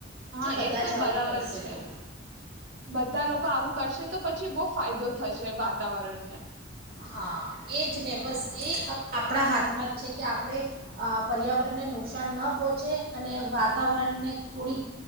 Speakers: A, on the right; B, on the right.
A: હા,
B: જો બધા
A: એ તો
B: જ
A: બરાબર
B: આવું કરશે
A: છે.
B: તો
A: બધા લોકો આવું કરશે તો પછી બો ફાયદો થશે. એ વાતાવરણ ને.
B: હા એ જ ને બસ એ આપણા હાથમાં જ છે કે આપણે પર્યાવરણને નુકસાન ન પહોંચે અને વાતાવરણને થોડીક